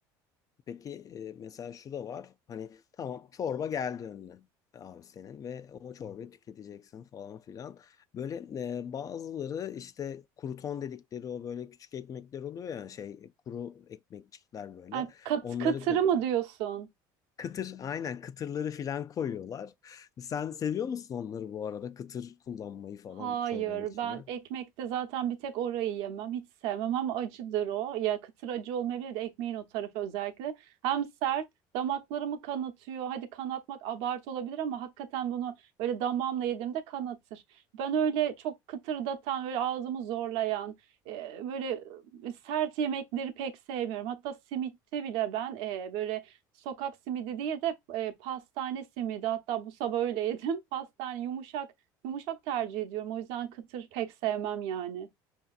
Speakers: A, on the left (about 35°); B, on the right (about 75°).
A: Peki e, mesela şu da var. Hani tamam çorba geldi önüne e, abi senin ve o çorbayı tüketeceksin falan filan. Böyle e, bazıları işte kruton dedikleri o böyle küçük ekmekler oluyor ya şey kuru ekmekçikler böyle.
B: Ha, kat,
A: Onları
B: katırı
A: katıyor.
B: mı diyorsun?
A: Kıtır aynen kıtırları filan koyuyorlar. Sen seviyor musun onları bu arada kıtır kullanmayı falan
B: Hayır,
A: çorbanın içine?
B: ben ekmekte zaten bir tek orayı yemem. Hiç sevmem ama acıdır o. Ya kıtır acı olmayabilir de ekmeğin o tarafı özellikle. Hem sert, damaklarımı kanatıyor. Hadi kanatmak abartı olabilir ama hakikaten bunu böyle damağımla yediğimde kanatır. Ben öyle çok kıtırdatan, böyle ağzımı zorlayan, e, böyle e, sert yemekleri pek sevmiyorum. Hatta simitte bile ben e, böyle sokak simidi değil de e, pastane simidi. Hatta bu sabah öyle yedim. <laughs> Pastane yumuşak Yumuşak tercih ediyorum. O yüzden kıtır pek sevmem yani.